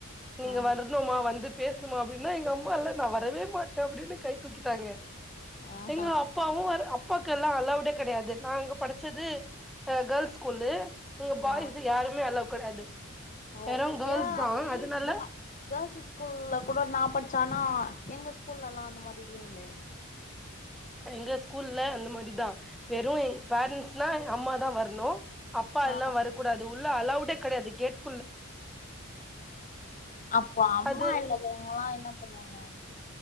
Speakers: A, in the centre; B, on the left.
A: நீங்க
B: ஆ
A: வரணுமா வந்து பேசுமா அப்டி ன்னா எங்க அம்மா இல்ல நா வரவே மாட்ட அப்டின்னு கை தூக்கிட்டாங்க
B: ஆஹா
A: எங்க அப்பாவு வர அப் பாக்கு எல்ல அலவுடே கெடையாது நா அங்க படி ச்சது ஆ கேல்ஸ் ஸ்கூலு அங்க பாய்ஸ்
B: ஆ
A: யாருமே அலவ் கெடையாது
B: ஓ
A: வெறு கேர்ள்ஸ்
B: ஏ
A: தா
B: அப்டி
A: அதனால
B: பொ ஆ கேல்ஸு ஸ்கூல்ல கூட நா பட்ச்சே ஆனா எங்க ஸ்கூல்லல்லா அந்த மாரி இல்லே
A: எங்க ஸ்கூல்ல அந்த மாரிதா வெறு எங் பேரண்ட்ஸ்னா அம்மாதா வரணு அப்பா
B: ஆ
A: எல்லா வரக்கூடாது உள் ள அலவுடே கெடையாது கேட்
B: அப்ப அம்மா
A: அது
B: இல்லாதவங்ளா என்ன பண்ணுவாங்க